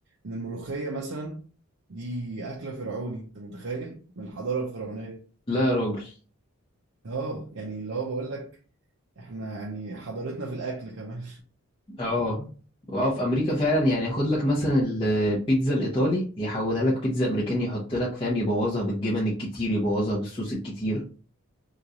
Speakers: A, on the right; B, on the left.
A: ان الملوخيه مثلا دي اكله فرعوني انت متخيل من الحضاره الفرعونيه
B: لا يا راجل
A: اه يعني اللي هو بقول لك احنا يعني حضارتنا في الاكل كمان
B: اه واه في امريكا فعلا يعني ياخد لك مثلا البيتزا الايطالي يحولها لك بيتزا امريكاني يحط لك فاهم يبوظها بالجبن الكتير يبوظها بالصوص الكتير